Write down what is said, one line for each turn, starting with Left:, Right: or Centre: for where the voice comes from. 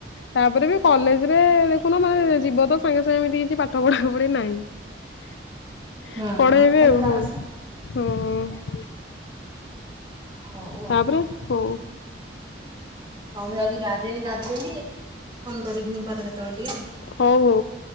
Left: ତାପରେ ବି କଲେଜ ରେ ଦେଖୁନ ମାନେ ଯିବ ତ ସାଙ୍ଗେ ସାଙ୍ଗେ ଏମିତି କିଛି ପାଠ ପଢା ପଢି ନାହିଁ
Right: ହଁ
Left: ପଢେଇବେ
Right: ଖାଲି
Left: ଆଉ
Right: କ୍ଲାସ।
Left: ହଁ ହଁ
Right: ହଉ ଆଉ
Left: ତାପରେ ହଁ
Right: ହଉ ମୁଁ ଯାଉି ଗାଧେଇନି ଗାଧେଇବି ଫୋନ୍‌ କରିବି ପୁଣି ପରେ କେତେବେଳେ ଟିକେ ଆଉ
Left: ହଉ ହଉ